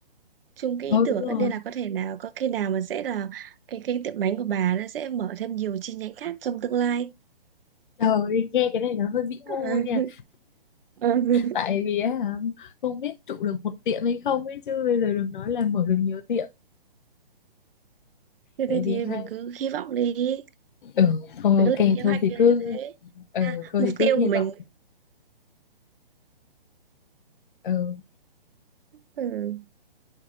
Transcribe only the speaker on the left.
Ờ
đúng rồi
Trời ơi, nghe cái này nó hơi vĩ
mô nha
Tại vì á, không biết trụ được một tiệm hay không ấy Chứ bây giờ đừng nói là mở được nhiều tiệm
Tại
vì
hai
Ừ thôi
ok
thôi thì
cứ
Ừ
thôi
thì
cứ hy
vọng Ừ